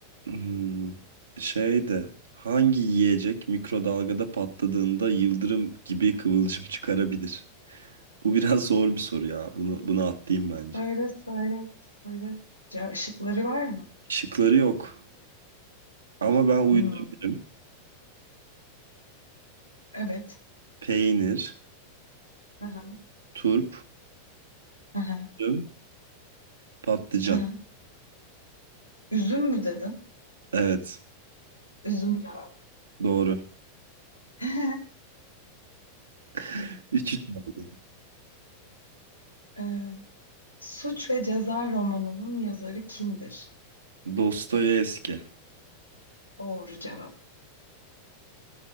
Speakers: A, on the right; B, on the left.
A: Hmm, şeydi. Hangi yiyecek mikrodalgada patladığında yıldırım gibi kıvılcım çıkarabilir? Bu biraz zor bir soru ya. Bunu, bunu atlayayım bence.
B: Söyle, söyle, söyle. Ce- Işıkları var mı?
A: Şıkları yok. Ama ben uydurabilirim.
B: Hmm, Evet.
A: Peynir,
B: Aha.
A: turp,
B: Aha.
A: üzüm, patlıcan.
B: Aha. Üzüm mü dedin?
A: Evet,
B: Üzüm cevap.
A: doğru.
B: <laughs>
A: <laughs> 3-3 oldu.
B: Ee, Suç ve Ceza romanının yazarı kimdir?
A: Dostoyevski.
B: Doğru cevap.